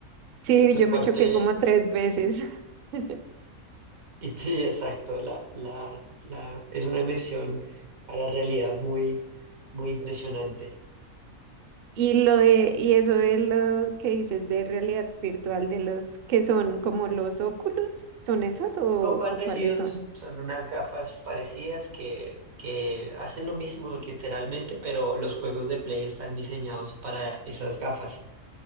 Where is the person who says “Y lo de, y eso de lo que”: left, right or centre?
Right